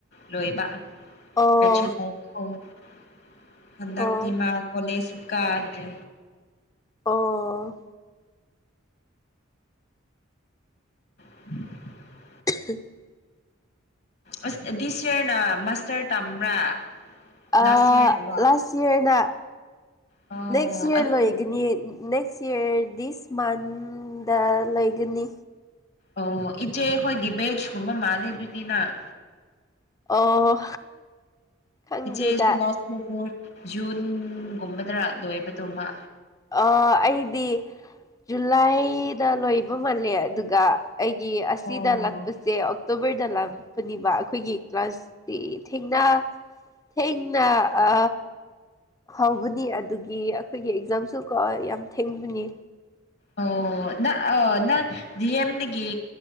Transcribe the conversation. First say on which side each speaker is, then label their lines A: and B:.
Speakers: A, on the left; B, on the left.
A: ꯂꯣꯏꯕ
B: ꯑꯣ
A: <unintelligible> ꯍꯟꯗꯛꯇꯤ
B: ꯑꯣ
A: ꯃꯥ ꯀꯣꯂꯦꯖꯁꯨ ꯀꯥꯗ꯭ꯔꯦ
B: ꯑꯣ
A: <inaudible>
B: <unintelligible>
A: ꯑꯁ ꯗꯤꯁ ꯌꯔꯅ ꯃꯥꯁꯇꯔ ꯇꯝꯕ꯭ꯔꯥ ꯂꯥꯁ
B: ꯑ
A: ꯌꯔꯅꯔꯣ
B: ꯂꯥꯁ ꯌꯥꯔꯅ
A: ꯑꯣ
B: ꯅꯦꯛꯁ ꯌꯔ
A: ꯑꯗꯨ
B: ꯂꯣꯏꯒꯅꯤꯌ‌ꯦ ꯅꯦꯛꯁ ꯁꯤꯛꯁ ꯏꯌꯥꯔ ꯗꯤꯁ ꯃꯟꯗ ꯂ‌ꯣꯏꯒꯅꯤ
A: ꯑꯣ ꯏꯆꯦ ꯈꯣꯏꯒꯤ ꯕꯦꯖꯀꯨꯝꯕ ꯃꯥꯂꯦ ꯑꯗꯨꯗꯤ ꯅ‌ꯪ
B: ꯑꯣ ꯈꯪꯗꯦꯗ
A: ꯏꯆꯦꯁꯨ ꯂꯥꯁ <unintelligible> ꯖꯨꯟꯒꯨꯝꯕꯗꯔ ꯂꯣꯏꯕꯗꯨ ꯃꯥ
B: ꯑ ꯑꯩꯗꯤ ꯖꯨꯂꯥꯏꯗ ꯂꯣꯏꯕ ꯃꯥꯜꯂꯦ ꯑꯗꯨꯒ ꯑꯩꯒꯤ ꯑꯁꯤꯗ
A: ꯑꯣ
B: ꯂꯛꯄꯁꯦ ꯑꯣꯛꯇꯣꯕꯔꯗ ꯂꯥꯛꯄꯅꯤꯕ ꯑꯩꯈꯣꯏꯒꯤ ꯀ꯭ꯂꯥꯁꯇꯤ ꯊꯦꯡꯅ ꯊꯦꯡꯅ ꯑ ꯍꯧꯕꯅꯤ ꯑꯗꯨꯒꯤ ꯑꯩꯈꯣꯏꯒꯤ ꯑꯦꯛꯖꯥꯝꯁꯨ ꯀꯣ ꯌꯥꯝ ꯊꯦꯡꯕꯅꯤ
A: ꯑꯣ ꯅꯪ ꯑ ꯅꯪ ꯗꯤ ꯑꯦꯝꯗꯒꯤ